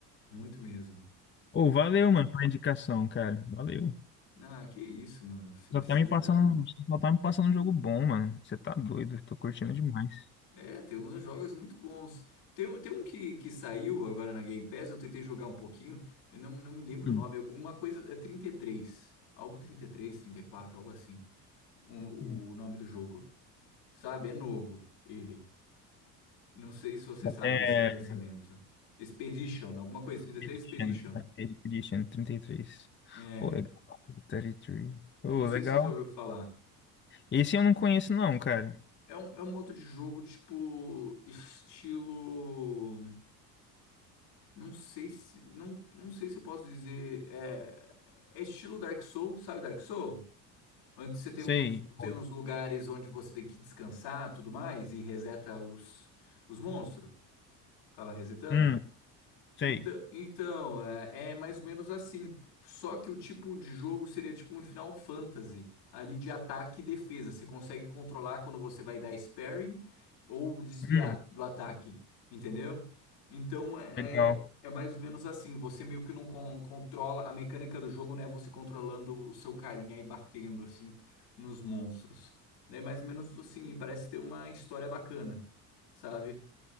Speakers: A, on the left (about 80°); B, on the left (about 25°).
A: Muito mesmo.
B: Ô, valeu, mano, pela indicação, cara. Valeu.
A: Ah, que isso, mano. Se
B: Só
A: precisar.
B: tá me passando, só tá me passando um jogo bom, mano. Você tá doido. Tô curtindo demais.
A: É, tem uns jogos muito bons. Tem, um- tem um que, que saiu agora na Game Pass, eu tentei jogar um pouquinho, eu não, não me lembro
B: Hum,
A: o nome. Uma coisa é trinta e três Algo trinta trinta e três trinta e quatro algo assim. O,
B: hum.
A: o nome do jogo. Sabe? É novo ele. Não sei se você sabe
B: É.
A: desses lançamentos. Expedition, alguma coisa. trinta e três
B: Expedition.
A: Expedition.
B: Expedition 33.
A: É.
B: Ô, legal. 33.
A: eu
B: Ô,
A: Não sei
B: legal.
A: se você já ouviu falar.
B: Esse eu não conheço, não, cara.
A: É um, é um modo de jogo tipo estilo. Não sei se, não, não sei se eu posso dizer. É, é estilo Dark Soul, sabe Dark Soul? Onde você tem
B: Sei.
A: os, tem
B: Ô,
A: os lugares onde você tem que descansar, tudo mais, e reseta os, os monstros. Acaba resetando.
B: Hum, sei.
A: Então, então é, é mais ou menos assim. Só que o tipo de jogo seria tipo um Final Fantasy, ali de ataque e defesa. Você consegue controlar quando você vai dar sparring ou desviar
B: Hum,
A: do ataque, entendeu? Então é,
B: legal.
A: é é mais ou menos assim. Você meio que não con- controla a mecânica do jogo, né? é Você controlando o seu carinha e batendo assim nos monstros. É mais ou menos assim. E parece ter uma história bacana, sabe?